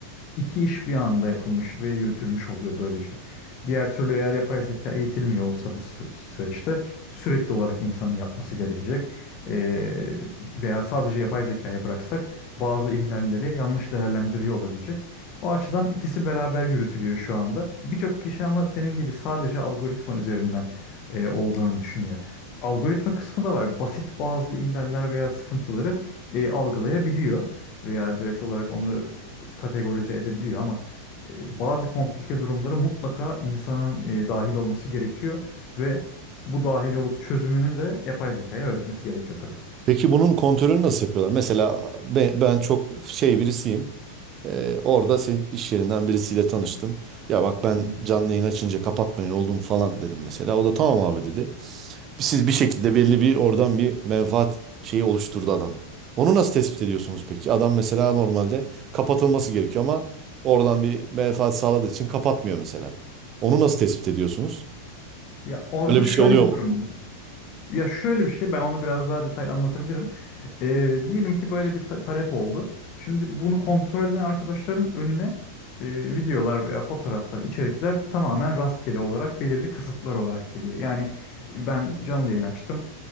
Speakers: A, on the left; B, on the right.
A: İki iş bir anda yapılmış ve yürütülmüş oluyor böylece. Diğer türlü eğer yapay zeka eğitilmiyor olsa bu sü- süreçte sürekli olarak insanın yapması gerekecek. Ee, veya sadece yapay zekaya bıraksak bazı ihlalleri yanlış değerlendiriyor olabilecek. O açıdan ikisi beraber yürütülüyor şu anda. Birçok kişi ama senin gibi sadece algoritma üzerinden e, olduğunu düşünüyor. Algoritma kısmı da var. Basit bazı ihlaller veya sıkıntıları e, algılayabiliyor veya direkt olarak onu kategorize edebiliyor ama e, bazı komplike durumları mutlaka insanın e, dahil olması gerekiyor ve bu dahil olup çözümünü de yapay zekaya öğretmesi gerekiyor tabii.
B: Peki bunun kontrolünü nasıl yapıyorlar? Mesela be- ben, çok şey birisiyim. Ee, orada senin iş yerinden birisiyle tanıştım. Ya bak ben
A: Hı hı.
B: canlı yayın açınca kapatmayın oldu mu falan dedim mesela. O da tamam abi dedi. Siz bir şekilde belli bir oradan bir menfaat şeyi oluşturdu adam. Onu nasıl tespit ediyorsunuz peki? Adam mesela normalde kapatılması gerekiyor ama oradan bir menfaat sağladığı için kapatmıyor mesela. Onu nasıl tespit ediyorsunuz?
A: Ya orada
B: Böyle bir
A: şöyle
B: şey oluyor
A: bir durum
B: mu?
A: oluyor. Ya şöyle bir şey ben onu biraz daha detaylı anlatabilirim. Ee, diyelim ki böyle bir ta- talep oldu. Şimdi bunu kontrol eden arkadaşların önüne e, videolar veya fotoğraflar, içerikler tamamen rastgele olarak belirli kısıtlar olarak geliyor. Yani ben canlı yayın açtım.